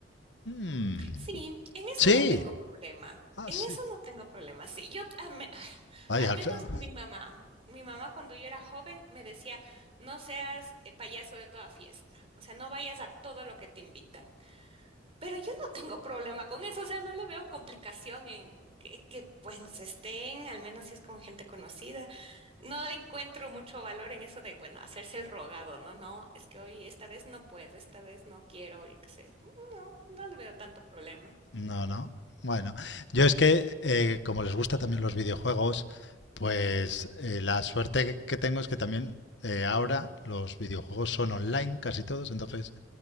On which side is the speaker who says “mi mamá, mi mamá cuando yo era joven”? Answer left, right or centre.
Right